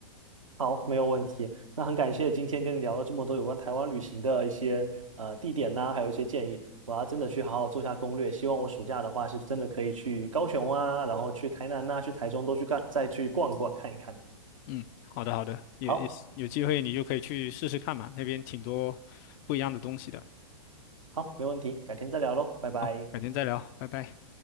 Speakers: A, on the right (about 80°); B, on the left (about 40°).
A: 好，没有问题。那很感谢今天跟你聊了这么多有关台湾旅行的一些呃地点呐、还有一些建议。我要真的去好好做下攻略。希望我暑假的话是真的可以去高雄啊，然后去台南呐、去台中都去干，再去逛一逛看一看的。
B: 嗯，好的好的，也也有机会你就可以去试试看嘛，
A: 好，
B: 那边挺多不一样的东西的。
A: 好，没问题，改天再聊喽，拜拜。
B: 好，改天再聊，拜拜。